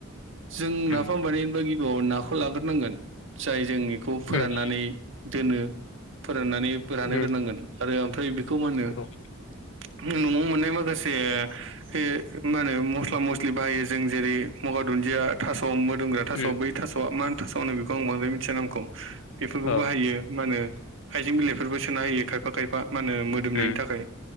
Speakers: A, on the right; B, on the left.
A: जों नाफाम
B: उम
A: बानायनायनि गि आव नाखौ लाग्रोनांगोन जाय जोंनि खौ फोराननानै
B: उम
A: दोनो फोराननानै रानहोग्रोनांगोन।
B: उम
A: आरो ओमफ्राय बेखौ मा होनो
B: औ
A: न'आव मोननाय माखासे हे मा होनो मस्ला मस्लि बाहायो जों जेरै मगा दुन्दिया थास' मोदोमग्रा थास'
B: उम
A: बै थास' मा होन थास' होनो बिखौ आं बांद्राय मिथिया नामखौ बेफोरखौ
B: औ
A: बाहायो मा होनो हाइजें बिलाइफोरबो सोना होयो खायफा खायफा माने मोदोमनायनि
B: उम
A: थाखाय।